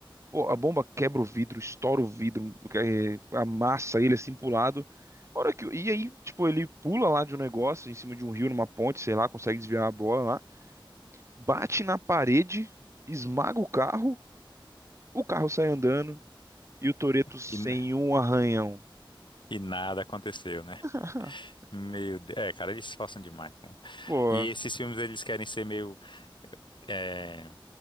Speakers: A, on the right (about 30°); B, on the left (about 60°).
A: Pô, a bomba quebra o vidro, estoura o vidro, é, amassa ele, assim, pro lado. A Hora que, e aí, tipo, ele pula lá de um negócio, em cima de um rio, numa ponte, sei lá, consegue desviar a bola lá. Bate na parede, esmaga o carro O carro sai andando e o Toretto sem
B: E,
A: um arranhão.
B: e nada aconteceu, né?
A: <laughs>
B: Meu Deus. É, cara, eles se passam demais. pô.
A: Pô,
B: E esses filmes, eles querem ser meio. é,